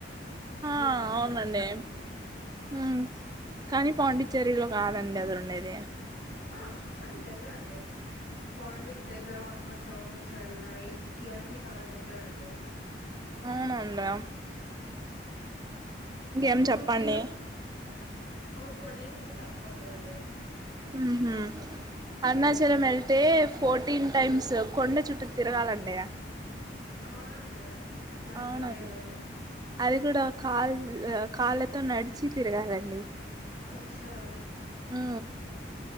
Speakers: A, on the right; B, on the left.
A: ఆ
B: త్రీ హార్స్
A: అవునండి
B: ఓ హు
A: ఉమ్ కానీ పాండిచేరిలో లో కాదండి అదరుండేది
B: ఆ కానీ దగ్గరండి పాండేకి దగ్గర అరుణ చలము చెన్నై ఇవన్నీ చాలా దగ్గర అండి
A: అవునండి ఇంకేం
B: పూర్తిగా
A: చెప్పండి
B: ఒక ఫోర్ డేస్ ఉంటే సరిపోతదండి
A: మ్ హు అరుణాచలం
B: ఉమ్
A: వెళ్తే ఫోర్టీన్ టైమ్స్ కొండ చుట్టూ తిరగాలండి
B: అవునా అండి నాకు
A: అవునండి
B: తెలియదు
A: అది కూడా కాల్ కాళ్ళతో నడిచి తిరగాలండి
B: అచ్చా
A: హు